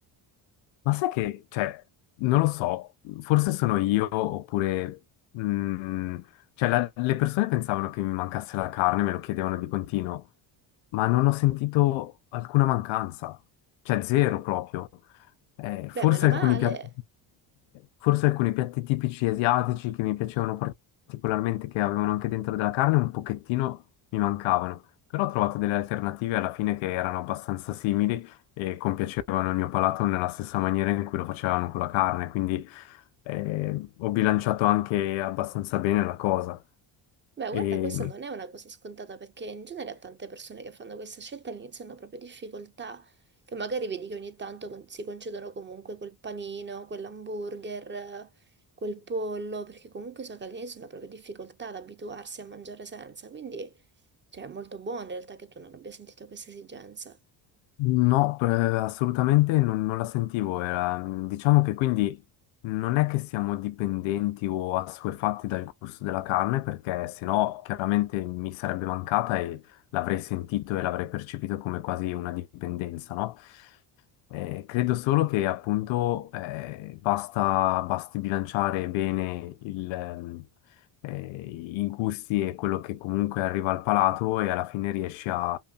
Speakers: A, on the left (about 80°); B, on the right (about 25°).
A: Ma sai che, cioè, non lo so, forse sono io oppure... mm, cioè, la- le persone pensavano che mi mancasse la carne, me lo chiedevano di continuo, ma non ho sentito alcuna mancanza, cioè zero proprio. Eh, forse
B: Beh, meno male.
A: alcuni piatti, forse alcuni piatti tipici asiatici che mi piacevano particolarmente, che avevano anche dentro della carne, un pochettino mi mancavano, però ho trovato delle alternative alla fine che erano abbastanza simili e compiacevano il mio palato nella stessa maniera in cui lo facevano con la carne, quindi eh, ho bilanciato anche abbastanza bene la cosa.
B: Beh,
A: E
B: guarda, questa non è una cosa scontata perché in genere a tante persone che fanno questa scelta all'inizio hanno proprio difficoltà, che magari vedi che ogni tanto con- si concedono comunque quel panino, quell'hamburger, eh, quel pollo, perché comunque so che all'inizio hanno proprio difficoltà ad abituarsi a mangiare senza, quindi cioè, è molto buono in realtà che tu non abbia sentito questa esigenza.
A: no, per- assolutamente non, non la sentivo. Era, diciamo che quindi non è che siamo dipendenti o assuefatti dal gusto della carne, perché sennò chiaramente mi sarebbe mancata e l'avrei sentito e l'avrei percepito come quasi una dipendenza, no? Eh, credo solo che appunto eh, basta, basti bilanciare bene il, ehm, eh, i gusti e quello che comunque arriva al palato e alla fine riesci a,